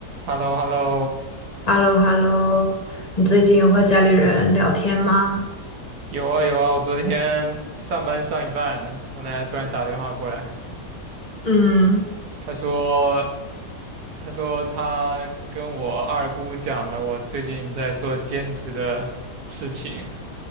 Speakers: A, on the right (about 70°); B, on the left (about 35°).
A: h e l l o h e l l o
B: h e l l o h e l l o 你最近有和家里人聊天吗？
A: 有啊有啊，我昨天上班上一半呢，我奶奶突然打电话过来，
B: 嗯，
A: 她说她说她跟我二姑讲了我最近在做兼职的事情，